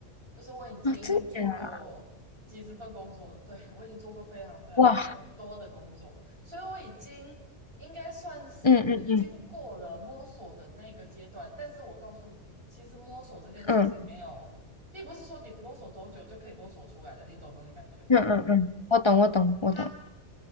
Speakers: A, on the right (about 50°); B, on the left (about 25°).
A: 就是我已经做过几十份工作了，
B: 啊，真的啊
A: 对，我已经做过非常非常的多的工作，
B: 哇，
A: 所以我已经应该算是已经过了摸索的那个阶段，
B: 嗯嗯嗯
A: 但是我告诉你，其实摸索这件事情没有，
B: 嗯。
A: 并不是说你摸索多久就可以摸索出来的，你懂那种感觉吗？
B: 嗯嗯嗯，我懂，我懂，我懂。
A: 他